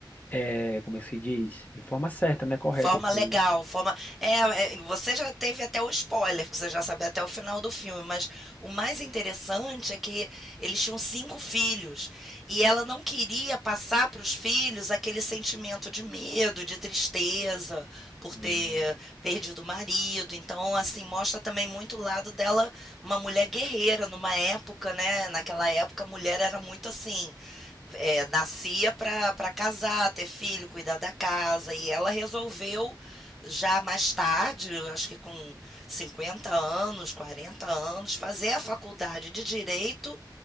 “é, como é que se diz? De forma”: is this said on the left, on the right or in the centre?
Left